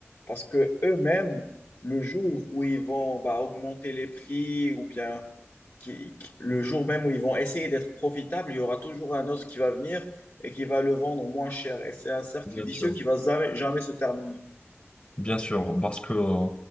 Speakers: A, on the left; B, on the left.
A: Parce que eux-mêmes, le jour où ils vont bah, augmenter les prix ou bien qui- qui- le jour même où ils vont essayer d'être profitables, il y aura toujours un autre qui va venir et qui va le vendre moins cher. Et c'est un cercle
B: Bien
A: vicieux
B: sûr.
A: qui va jamais, jamais se terminer.
B: Bien sûr, parce que euh,